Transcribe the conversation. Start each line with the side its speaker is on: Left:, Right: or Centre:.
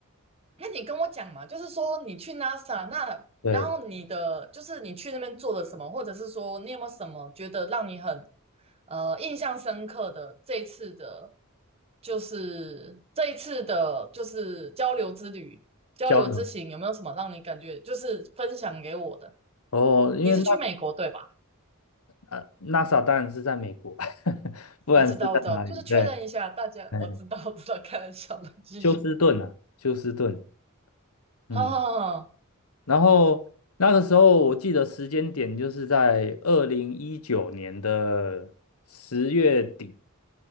Right: 那你跟我讲嘛，就是说你去 NASA 那，
Left: 对，
Right: 然后你的就是你去那边做了什么，或者是说你有没有什么觉得让你很呃印象深刻的这一次的，就是这一次的，就是交流之旅、交流之行，
Left: 交流。
Right: 有没有什么让你感觉就是分享给我的？
Left: 哦，因为那
Right: 你是去美国对吧？
Left: 呃 NASA 当然是在美国，<laughs> 不然是在哪里？
Right: 我知道，我知道，就是确认一下大家，
Left: 对，哎，
Right: 我知道，我知道，开玩笑的，继续，
Left: 休斯顿啊，休斯顿，嗯，
Right: 好好好
Left: 然后那个时候我记得时间点就是在二零一九年的十月底，